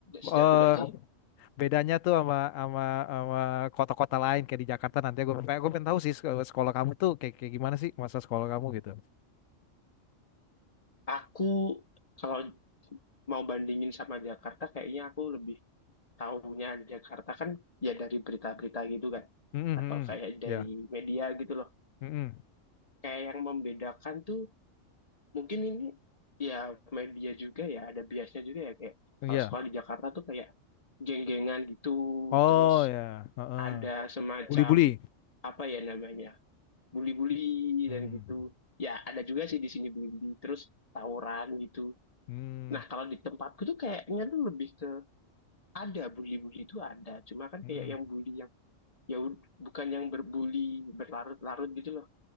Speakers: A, on the left; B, on the left.
A: sejak
B: eh
A: kuliah sih.
B: bedanya tuh sama sama sama kota-kota lain kayak di Jakarta nanti gue pengen gue pengen tahu sih sek- sekolah kamu tuh kayak kayak gimana sih masa sekolah kamu gitu.
A: Aku kalau mau bandingin sama Jakarta, kayaknya aku lebih tahunya Jakarta kan ya dari berita-berita gitu kan,
B: Mm
A: atau kayak dari
B: Ya.
A: media gitu loh.
B: Mm-mm.
A: Kayak yang membedakan tuh mungkin ini ya media juga ya ada biasnya juga ya kayak
B: Iya.
A: kalau sekolah di Jakarta tuh kayak geng-gengan gitu
B: Oh
A: terus
B: ya, heeh.
A: ada semacam
B: Buli-buli.
A: apa ya namanya bully-bully
B: Hmm.
A: dan gitu ya ada juga sih di sini bully-bully terus tawuran gitu
B: Hmm.
A: nah kalau di tempatku tuh kayaknya tuh lebih ke ada bully-bully itu ada cuma kan
B: Hmm.
A: kayak yang bully yang ya ud- bukan yang berbully berlarut-larut gitu loh